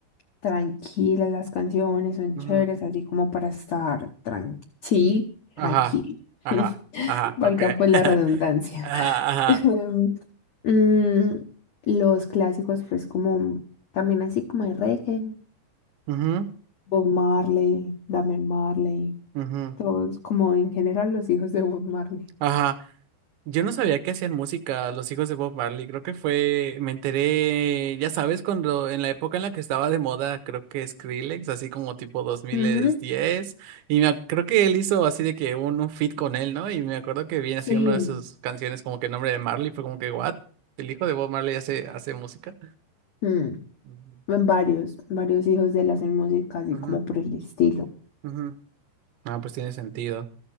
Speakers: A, on the left; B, on the right.
A: tranquilas, las canciones son
B: ujú.
A: chéveres, así como para estar tran- sí,
B: Ajá,
A: tranquilo. <laughs>
B: ajá, ajá,
A: Valga
B: ok.
A: pues la
B: <laughs>
A: redundancia.
B: Ajá, ajá.
A: <laughs> Em, mm, los clásicos, pues como también así como de reggae,
B: Ujú,
A: Bob Marley, Damian Marley,
B: ujú.
A: todos como en general los hijos de Bob Marley.
B: Ajá. Yo no sabía que hacían música los hijos de Bob Marley. Creo que fue, me enteré, ya sabes, cuando en la época en la que estaba de moda, creo que Skrillex, así como tipo 2010.
A: Ujú,
B: Y me ac- creo que él hizo así de que un, un feat con él, ¿no? Y me acuerdo que vi así
A: Sí,
B: una de sus canciones como que el nombre de Marley fue como que, ¿what? El hijo de Bob Marley hace, hace música.
A: mm,
B: Ujú,
A: en varios, varios hijos de él hacen música así
B: ujú,
A: como por el estilo.
B: ujú. Ah, pues tiene sentido.